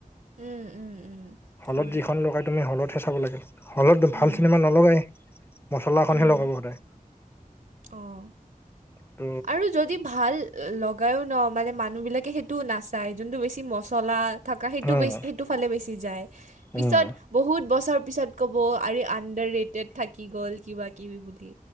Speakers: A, on the right; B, on the left.
A: উম, উম, উম,
B: হলত
A: হয়।
B: যিখন লগাই তুমি হলতহে চাব লাগিব, হলত ভাল
A: উম।
B: চিনেমা নলগাই, মচলাখনহে
A: উম।
B: লগাব সদায়।
A: অ',
B: ত'
A: আৰু যদি ভাল লগায়ো ন, মানে মানুহবিলাকে সেইটোও নাচায়, যোনটো বেছি মচলা থকা সেইটো
B: উম,
A: বেছি সেইটো ফালে বেছি যায়,
B: উম,
A: পিছত বহুত বছৰ পিছত ক'ব আৰে আণ্ডাৰ ৰেটেড থাকি গ'ল কিবা কিবি বুলি।